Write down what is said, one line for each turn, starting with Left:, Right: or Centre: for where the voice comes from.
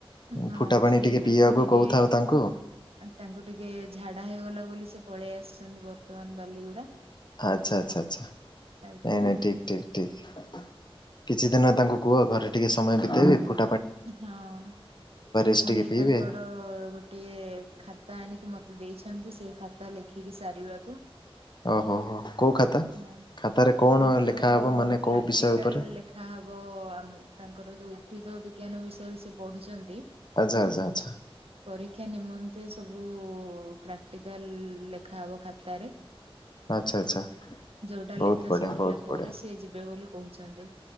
Right: ହଁ
Left: ଫୁଟା ପାଣି
Right: ସିଏ
Left: ଟିକେ
Right: ତାଙ୍କୁ
Left: ପିଇବାକୁ
Right: ଟିକେ
Left: କହୁଥାଉ ତାଙ୍କୁ
Right: ତାଙ୍କୁ ଟିକେ ଝାଡା ହେଇଗଲା ବୋଲି ସେ ପଳେଇ ଆସିଛନ୍ତି ବର୍ତ୍ତମାନ ବାଲିଗୁଡା।
Left: ଆଛା ଆଛା ଆଛା
Right: ଆଜ୍ଞା
Left: ଏଇନା ଠିକ୍ ଠିକ୍ ଠିକ୍ କିଛି ଦିନ ତାଙ୍କୁ କୁହ ଘରେ ଟିକେ ସମୟ ବିତେଇବେ ପୁ
Right: ହଁ ସେ
Left: ଏସ୍
Right: ପୁଣି
Left: ଟିକେ ପିଇବେ।
Right: ତାଙ୍କର ଗୋ ଟିଏ ଖାତା ଆଣିକି ମତେ ଦେଇଛନ୍ତି ସେଇ ଖାତା ଲେଖିକି ସାରିବାକୁ।
Left: ଓହୋ ହୋ କୋଉ ଖାତା?
Right: ହଁ
Left: ଖାତାରେ କଣ
Right: ତାଙ୍କର
Left: ଲେଖା ହବ ମାନେ କୋଉ
Right: ପ୍ରାକଟିକାଲ
Left: ବିଷୟ ଉପରେ
Right: ଲେ ଖା ହବ ଆ ତାଙ୍କର ଯୋଉ ଉଦ୍ଭିଦ ବିଜ୍ଞାନ ବିଷୟରେ ସେ ପଢୁଛନ୍ତି।
Left: ଆଛା ଆଛା ଆଛା।
Right: ପରୀକ୍ଷା ନିମନ୍ତେ ସବୁ ପ୍ରାକ୍ଟିକାଲ ଲେଖା ହବ ଖାତାରେ।
Left: ଆଚ୍ଛା ଆଚ୍ଛା
Right: ଯୋଉଟା
Left: ବହୁତ
Right: ଲେଖା
Left: ବଢିଆ
Right: ସରିଲା
Left: ବହୁତ
Right: ପରେ
Left: ବଢିଆ
Right: ସିଏ ଯିବେ ବୋଲି କହୁଛନ୍ତି।